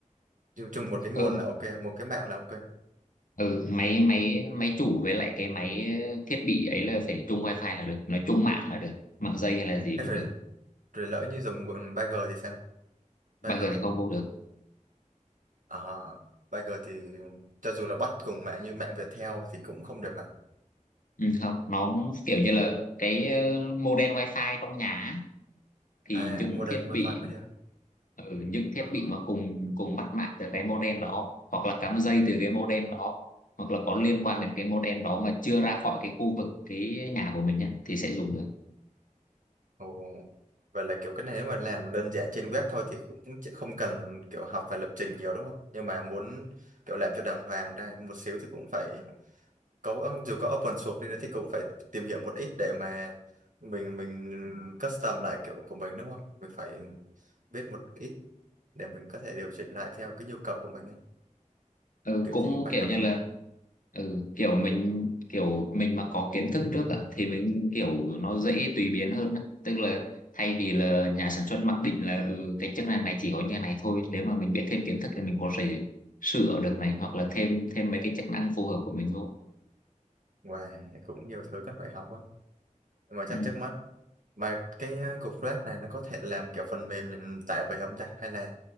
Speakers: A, on the right; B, on the left.
A: dùng chung một cái nguồn
B: ừ.
A: là ok một cái mạng là ok
B: ừ máy máy máy chủ với lại cái máy ờ, thiết bị ấy là phải chung wifi là được nói chung mạng là được mạng dây hay là gì
A: Thế
B: cũng
A: rồi,
B: được
A: rồi lỡ như dùng bọn Bagger thì sao?
B: bây
A: Bagger,
B: giờ thì không vô được
A: à, Bagger thì cho dù là bắt cùng mạng như mạng Viettel thì cũng không được à?
B: ừ, không nó cũng kiểu như là cái ờ, modem wifi trong nhà á, thì
A: À,
B: những
A: Modern
B: thiết
A: Wi-Fi
B: bị
A: mới được.
B: ừ, những thiết
A: À,
B: bị mà cùng cùng bắt mạng từ cái modem đó hoặc là cắm dây từ cái modem đó hoặc là có liên quan đến cái modem đó mà chưa ra khỏi cái khu vực cái nhà của mình nhá, thì sẽ dùng được
A: ồ. Vậy là kiểu cái này nếu mà làm đơn giản trên web thôi thì cũng chỉ không cần kiểu học phải lập trình nhiều đúng không? Nhưng mà muốn kiểu làm cho đàng hoàng ra một xíu thì cũng phải có dù có open source đi nữa thì cũng phải tìm hiểu một ít để mà mình mình custom lại kiểu của mình đúng không? Mình phải biết một ít để mình có thể điều chỉnh lại theo cái nhu cầu của mình ấy.
B: ừ,
A: kiểu
B: cũng
A: gì cũng phải
B: kiểu
A: học
B: như
A: hơn
B: là ừ, kiểu mình kiểu mình mà có kiến thức trước ạ thì mình kiểu nó dễ tùy biến hơn á. tức là thay vì là nhà sản xuất mặc định là ừ, cái chức năng này chỉ có như này thôi nếu mà mình biết thêm kiến thức thì mình có thể sửa được này hoặc là thêm thêm mấy cái chức năng phù hợp của mình vô
A: và cũng nhiều thứ cần phải học quá nhưng mà chắc
B: ừ.
A: trước mắt mà cái uh, cục flash này nó có thể làm kiểu phần mềm nhận tại về không ta hay là